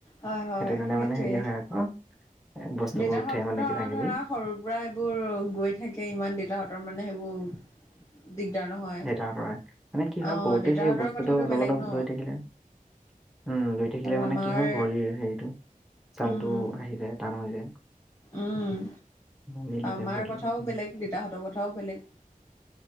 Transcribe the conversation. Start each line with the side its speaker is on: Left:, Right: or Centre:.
Left: হয়, হয়
Centre: সেইটো কাৰণে
Left: সেইটোৱে,
Centre: মানে হেৰি হয় আকৌ এ, বস্তুবোৰ
Left: দেউতাহঁত
Centre: উঠে মানে কিবা কিবি
Left: ধৰা সৰু পুৰা এইবোৰ গৈ থাকে। ইমান দেউতাহঁতৰ মানে সেইবোৰ দিগদাৰ নহয়
Centre: দেউতাহঁতৰ হয়। মানে কি হয়
Left: অ'
Centre: সৰুতে
Left: দেউতাহঁতৰ
Centre: সেই বস্তুটো
Left: কথাটো
Centre: অলপ,
Left: বেলেগ
Centre: অলপ
Left: ন
Centre: লৈ থাকিলে উম, ধুই থাকিলে
Left: আৰু
Centre: মানে
Left: আমাৰ
Centre: কি হয়, ভৰিৰ হেৰিটো ছালতটো
Left: উম
Centre: আহি যায় টান হৈ যায়।
Left: উম,
Centre: উম, মিলি
Left: আমাৰ
Centre: যায় ভৰিৰ
Left: কথাও
Centre: লগত উম
Left: বেলেগ, দেউতাহঁতৰ কথাও বেলেগ।